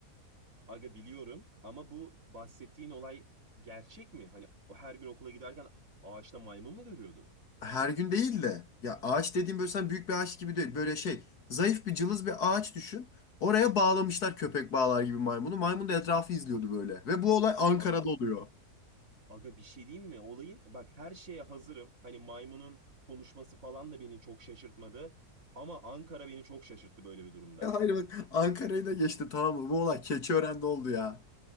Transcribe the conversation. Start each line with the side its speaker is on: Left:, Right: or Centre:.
Right: Aga biliyorum ama bu bahsettiğin olay gerçek mi? Hani o her gün okula giderken ağaçta maymun mu görüyordun?
Left: Her gün değil de ya ağaç dediğim böyle sen büyük bir ağaç gibi değil. Böyle şey zayıf bir cılız bir ağaç düşün. Oraya bağlamışlar köpek bağlar gibi maymunu. Maymun da etrafı izliyordu böyle. Ve bu olay Ankara'da
Right: Aga,
Left: oluyor.
Right: aga bir şey diyeyim mi? Olayın e bak her şeye hazırım. Hani maymunun konuşması falan da beni çok şaşırtmadı. Ama Ankara beni çok şaşırttı böyle bir durumda.
Left: Ya hayır bak Ankara'yı da geçti tamam mı? Bu olay Keçiören'de oldu ya.